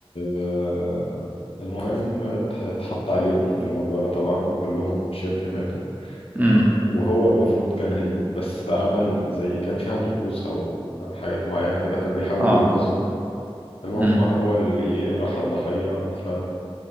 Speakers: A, on the left; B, on the right.
A: آه، المهم ات- اتحط عليهم في المغارة طبعا وكلهم شبه ماتوا
B: امم
A: وهو المفروض كان هيموت بس عمل زي كان فيها طقوس أو حاجات معينة كده كان بيحاول
B: اه
A: ينقذهم المهم
B: امم
A: هو اللي ايه راح الضحية ف...